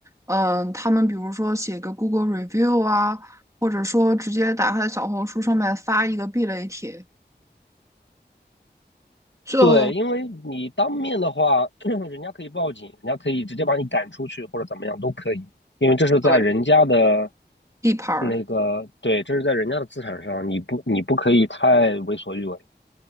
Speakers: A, on the right (about 15°); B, on the left (about 85°).
A: 嗯，他们比如说写个 Google review 啊，或者说直接打开小红书上面发一个避雷帖，就
B: 对，因为你当面的话，<clears throat> 人家可以报警，人家可以直接把你赶出去或者怎么样都可以，因为这是在人家的
A: 对地盘儿。
B: 那个，对，这是在人家的资产上，你不你不可以太为所欲为。